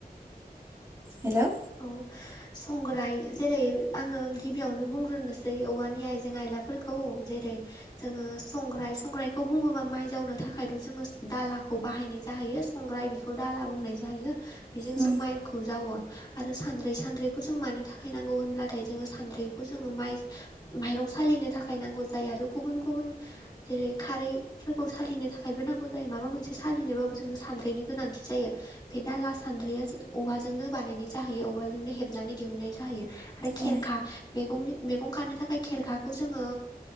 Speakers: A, on the right; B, on the left.
A: हेलौ
B: औ संग्राय जेरै आङो गिबियावनो बुंग्रोनोसै औवानि आयजें आइलाफोरखौ जेरै जोङो संग्राय संग्रायखौ बुङोबा माइ जावनो थाखायथ' जोङो दालाखौ बाहायनाय जाहैयो संग्राय बे बे खौ दाला बुंनाय जायो बेजों
A: औ
B: जों माइखौ जावो आरो सानद्रै सानद्रैखौ जों मानि थाखाय नांगौ होनब्लाथाय जोङो सानद्रैखौ जोङो माइ माइरं सालिनो थाखाय नांगौ जायो आरो गुबुन गुबुन जेरै खारै फोरखौ सालिनो थाखायबो नांगौ जायो माबा मोनसे सालिनोबाबो जोंनो सानद्रिनि गोनांथि जायो बे दाला सान्द्रिया औवाजोंनो बानायनाय जाहैयो औवाजोंनो हेबनानै दिहुननाय जाहैयो आरो खेरखा
A: औ
B: मैगंनि मैगं खानो थाखाय खेरखाखौ जोङो